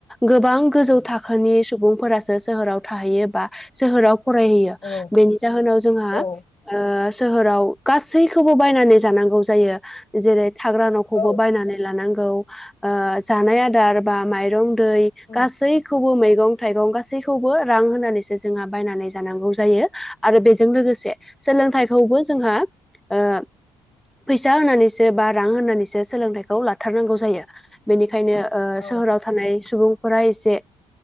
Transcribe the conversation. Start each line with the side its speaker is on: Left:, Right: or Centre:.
Centre: गोबां गोजौ थाखोनि सुबुंफोरा सोहोराव थैयो बा सोहोराव फरायहैयो
Left: औ
Centre: बेनि जाहोनाव जोंहा
Left: औ
Centre: सोहोराव गासैखौबो बायनानै जानांगौ जायो जेरै थाग्रा न'खौबो
Left: औ
Centre: बायनानै लानां गौ ओ जानाय आदार बा माइरं दै
Left: उम
Centre: गासैखौबो मैगं थाइगं गासैखौबो रां होनानैसो जोंहा बायनानै जांगौ जायो आरो बेजों लोगोसे सोलोंथाइखौबो जोंहा ओ फैसा होनानैसो बा रां होनानैसो सोलोंथाइखौ लाथारनांगौ जायो। बेनिखायनो ओ
Left: औ
Centre: सोहोराव थानाय सुबुंफोरा एसे